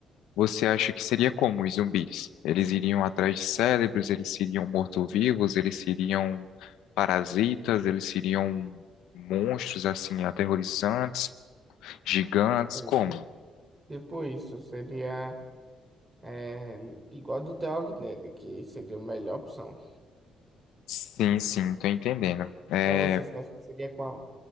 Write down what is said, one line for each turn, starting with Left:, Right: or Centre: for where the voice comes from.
Left: você acha que seria como os zumbis? Eles iriam atrás de cérebros, eles seriam mortos-vivos, eles seriam parasitas, eles seriam monstros, assim, aterrorizantes, gigantes,
Right: sim.
Left: como?
Right: Tipo isso, seria é, igual do The Walking Dead, que seria a melhor opção.
Left: Sim, sim, tô entendendo. É,
Right: Para vocês, acho que seria qual?